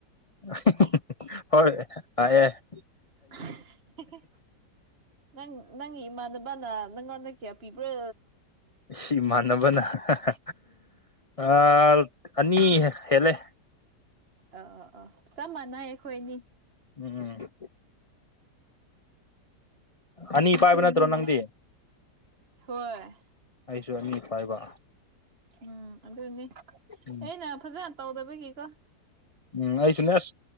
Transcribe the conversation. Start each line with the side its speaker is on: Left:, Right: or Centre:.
Left: <unintelligible>
Right: ꯍꯦ ꯍꯦ ꯅꯪ ꯅꯪꯒꯤ ꯏꯃꯥꯗꯣ ꯕꯅ ꯅꯪꯉꯣꯟꯗ ꯀ꯭ꯌꯥ ꯄꯤꯕ꯭ꯔꯣ
Left: ꯁꯤ ꯏꯃꯥꯟꯅꯕꯅ ꯍ ꯍ ꯑꯥ ꯑꯅꯤ ꯍꯦꯜꯂꯦ
Right: ꯑ ꯑ ꯑꯥ ꯆꯞ ꯃꯥꯟꯅꯩ ꯑꯩꯈꯣꯢꯅꯤ
Left: ꯎꯝ ꯎꯝ ꯑꯅꯤ
Right: ꯑꯩꯈꯣꯏꯅꯤꯒꯤ
Left: ꯄꯥꯢꯕ ꯅꯠꯇ꯭ꯔꯣ ꯅꯪꯗꯤ
Right: ꯍꯣꯏ
Left: ꯑꯩꯁꯨ ꯑꯅꯤ ꯄꯥꯢꯕ
Right: ꯎꯝ ꯑꯗꯨꯅꯤ
Left: ꯎꯝ
Right: ꯑꯩꯅ ꯐꯖꯟ ꯇꯧꯗꯕꯒꯤꯀꯣ
Left: ꯎꯝ ꯑꯩꯁꯨꯨꯅꯦ ꯑꯁ